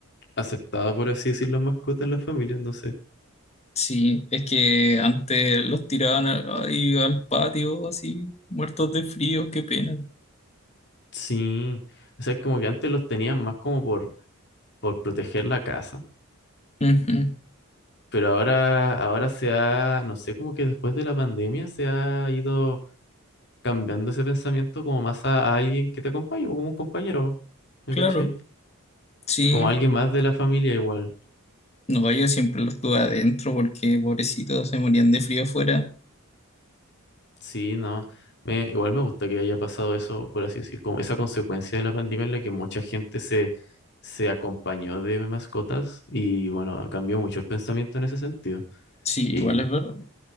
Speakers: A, on the left; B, on the left.
A: aceptada, por así decir, las mascotas en las familias, no sé.
B: Sí, es que antes los tiraban al, ahí al patio así, muertos de frío, qué pena.
A: Sí, o sea, como que antes los tenían más como por, por proteger la casa,
B: Ujú,
A: pero ahora, ahora se ha, no sé, como que después de la pandemia se ha ido cambiando ese pensamiento como más a, a alguien que te acompañe, o como un compañero, ¿me
B: Claro,
A: cachai?
B: sí.
A: Como alguien más de la familia igual.
B: No, yo siempre los tuve adentro porque pobrecitos se morían de frío afuera.
A: Sí, no. Me, igual me gusta que haya pasado eso, por así decir, como esa consecuencia de la pandemia en la que mucha gente se, se acompañó de mascotas y bueno, cambió mucho el pensamiento en ese sentido.
B: Sí,
A: Y
B: igual es verdad.